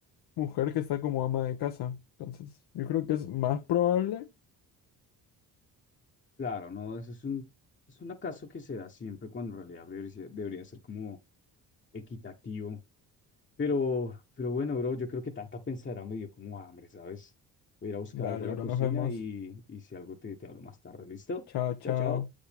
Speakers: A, on the left (about 70°); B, on the left (about 30°).
A: Mujer que está como ama de casa. Entonces, yo creo que es más probable.
B: claro, no, eso es un, es un acaso que se da siempre cuando en realidad debería ser debería ser como equitativo Pero, pero bueno, bro, yo creo que tanta pensadera me dio como hambre, ¿sabes? Voy a ir a buscar
A: Dale,
B: algo a la
A: bro,
B: cocina
A: nos vemos.
B: y, y si algo te, te hablo más tarde, ¿listo?
A: Chao, chao.
B: Chao, chao.